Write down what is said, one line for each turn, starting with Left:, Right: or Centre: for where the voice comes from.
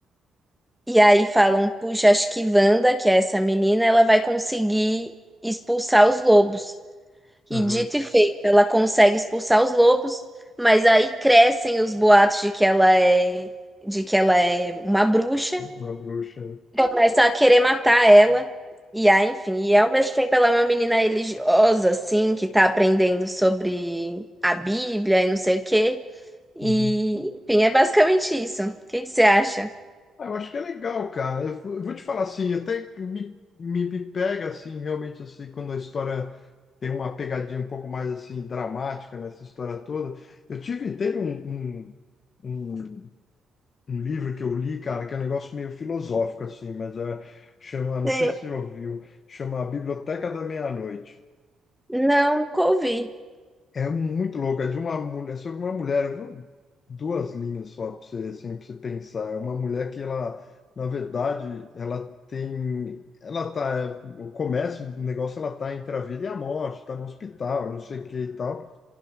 Centre: e aí falam, puxa, acho que Wanda, que é essa menina, ela vai conseguir expulsar os lobos.
Left: aham.
Centre: E dito e feito, ela consegue expulsar os lobos, mas aí crescem os boatos de que ela é, de que ela é uma bruxa.
Left: Uma bruxa. né?
Centre: começa a querer matar ela. E aí, enfim, e ao mesmo tempo ela é uma menina religiosa, assim, que tá aprendendo sobre a Bíblia e não sei o quê. E,
Left: Uhum.
Centre: enfim, é basicamente isso. O que que você acha?
Left: Ah, eu acho que é legal, cara. Eu vou eu vou te falar assim, até me, me, me pega assim, realmente assim, quando a história tem uma pegadinha um pouco mais assim dramática nessa história toda. Eu tive, teve um, um, um, um livro que eu li, cara, que é um negócio meio filosófico assim, mas é, chama, não
Centre: Sei.
Left: sei se você já ouviu, chama A Biblioteca da Meia-Noite.
Centre: Não, nunca ouvi.
Left: É muito louco, é de uma mulher, é sobre uma mulher, viu? duas linhas só para você, assim, para você pensar. É uma mulher que ela, na verdade, ela tem, ela tá, é, começa o negócio, ela tá entre a vida e a morte, tá no hospital, não sei o que e tal,